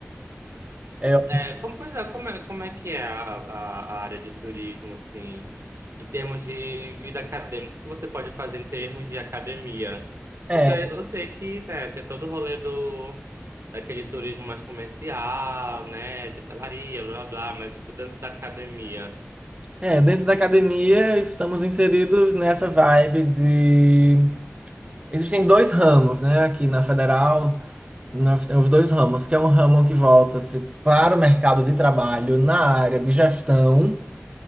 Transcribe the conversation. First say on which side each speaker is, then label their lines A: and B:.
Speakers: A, on the right (about 25°); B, on the right (about 80°).
A: É,
B: É, é, como, pois é, como é, como é que é a, a, a área de turismo, assim, em termos de vida acadêmica? O que você pode fazer em termos de academia?
A: é,
B: Porque eu sei que, né, tem todo o rolê do, daquele turismo mais comercial, né, de hotelaria, blá, blá, blá, mas tipo, dentro da academia.
A: é, dentro da academia estamos inseridos nessa vibe de. Existem dois ramos, né? Aqui na Federal, nós temos dois ramos, que é um ramo que volta-se para o mercado de trabalho na área de gestão